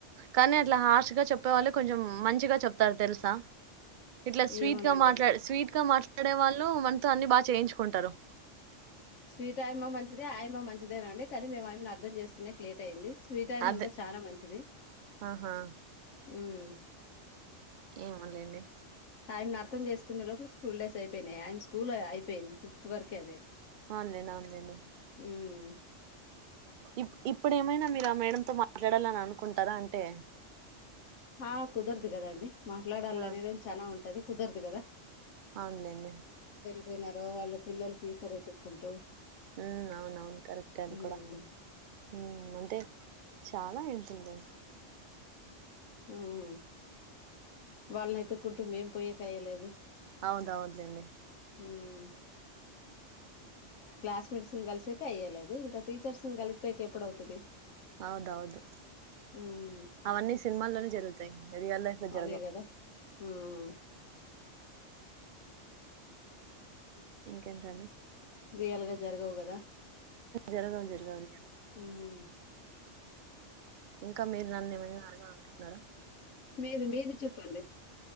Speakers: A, on the right (about 55°); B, on the left (about 80°).
A: కానీ అట్లా హార్ష్ గా చెప్పే వాళ్ళే కొంచెం మంచిగా చెప్తారు తెలుసా ఇట్లా స్వీట్గా
B: ఏమోనండి
A: మాట్లాడ్ స్వీట్ ట్గా మాట్లాడే వాళ్ళు మనతో అన్ని బాగా చేయించుకుంటారు
B: స్వీట్ ఆయమ్మ మంచిదే ఆయమ్మ మంచిదేనండి కానీ మేము అయమ్మి నీ అర్ధం చేసుకునేకి లేట్ అయింది ఫ్రీ టైం
A: అదే
B: ఇంకా చాలా మంచిది
A: ఆహా
B: హ్మ్
A: ఏమోలేండి
B: అయ్యమ్మినీ అర్థం చేసుకునే లోపల స్కూల్ డేస్ అయిపోయినేయి అయ్యమీ స్కూల్ అయిపోయింది ఫిఫ్త్ వరకే అది
A: అవున్లెండి అవునులేండి
B: ఉహ్మ్
A: ఇ ఇప్పుడు ఏమైనా మీరు ఆ మేడంతో మాట్లాడాలని అనుకుంటారా అంటే
B: ఆ కుదరదు కద అండి మాట్లాడాల
A: ఆ
B: అనేది చానా ఉంటది కుదరదు కదా
A: అవునులేండి
B: పోయినరో వాళ్ళ పిల్లలు ఫ్యూచర్ ఎతుక్కుంటూ
A: హ్మ్ అవున్ అవును కరెక్ట్ అది
B: హ్మ్
A: కూడా హు అంతే చాలా ఉంటుందది
B: హ్మ్ వాళ్ళని ఎతుక్కుంటూ మేం పోయే వెయ్యలేదు
A: అవునవును లెండి
B: హ్మ్ క్లాస్ మేట్స్ ని కలిసేక అయ్యలేదు ఇంకా టీచర్స్ ని కలిపిపోయాక ఎప్పుడవుతుది
A: అవుదౌదు
B: ఉమ్
A: అవన్నీ సినిమాల్లోనే జరుగుతాయి రియల్ లైఫ్ లో జరగవు
B: అదే కదా ఉమ్
A: ఇంకేంటండి
B: రియల్గా జరగవు గదా
A: జరగదు జరగాలి గా
B: హ్మ్
A: ఇంకా మీరు నన్ను ఏమైనా అడగాలనుకుంటున్నారా
B: మీది మీది చెప్పండి